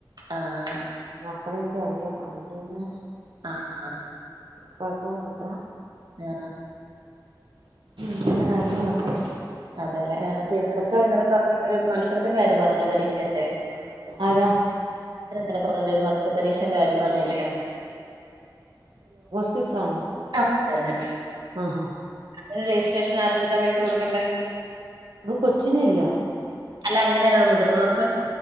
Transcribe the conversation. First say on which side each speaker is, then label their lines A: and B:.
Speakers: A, on the right; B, on the right.
A: ആഹ്
B: മക്കളെയൊക്കെ അറിയാം അതുകൊണ്ടു പിന്നെ
A: ആഹ് ആഹ.
B: കോഴപ്പൊന്നുല്ല.
A: ആഹ്.
B: ഇങ്ങനെ കാര്യങ്ങളൊക്കെ.
A: അതെല്ലേ ആ പിന്നെ <unintelligible>
B: കൊച്ച
A: ഇന്നലെ പറഞ്ഞ ഒരു മത്സരത്തിന്റെ കാര്യം പറഞ്ഞില്ലേ പരീക്ഷന്റെ <unintelligible>
B: ആരാ
A: ഇന്നലെ പറഞ്ഞില്ലെ ഒരു മത്സര പരീക്ഷന്റെ കാര്യം പറഞ്ഞില്ലേ
B: ക്സണോ <unintelligible>
A: <unintelligible> തന്നെ
B: ആഹ് ഹ
A: അന് രജിസ്ട്രേഷൻ ആറ്ടെ അടുത്താ പൈസ കൊടുക്കണ്ടേ
B: അത് കൊച്ചിനില്ല
A: അല്ല അങ്ങനെല്ല മുതിർന്നവർക്ക്